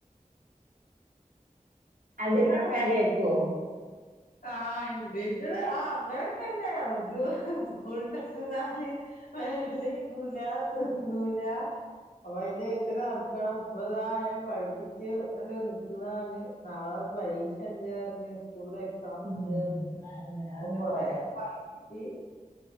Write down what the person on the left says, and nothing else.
ആഹ് എന്തയ്ത്തത് ആഹ് അങ്ങനൊക്കന്നെ അത് സ്കൂൾട്ടന്നാല് മേലേയ്കൂല ത്ത്ന്നൂലാ അപ്പൊയിന്റെഴ്തലെ നടക്കണം പ്പതാ അയിനെ പഠിപ്പിച്ച് ണ്ട് നിക്ക്‌ണണ് നാളെ പരീക്ഷണ്ടാറിഞ്ഞ് സ്കൂളെ സാം
ഇണ്ട് പറഞ്ഞ്
ഇപ്പോ
കൊറേ
ഒക്കെ പഠിപ്പിച്ചി.